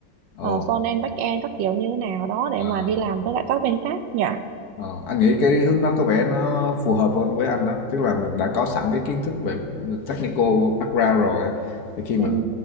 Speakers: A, on the left; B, on the right.
A: ồ
B: uh, front end back end các kiểu như thế nào đó để
A: à,
B: mà đi làm với lại các bên khác nhỉ
A: Ờ, anh nghĩ cái hướng đó có vẻ nó phù hợp hơn với anh á tức là mình đã có sẵn cái kiến thức về technical background rồi á thì khi mình
B: ừ.